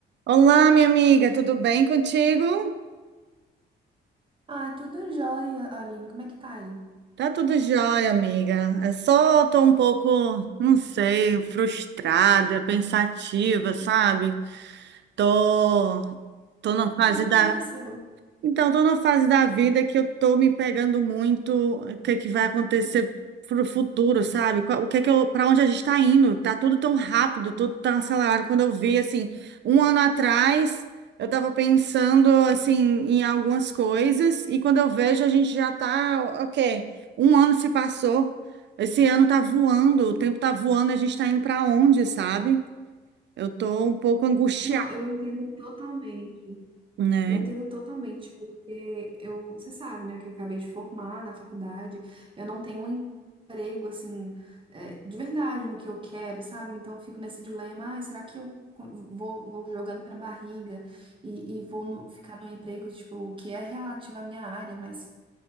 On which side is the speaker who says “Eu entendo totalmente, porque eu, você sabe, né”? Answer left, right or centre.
Right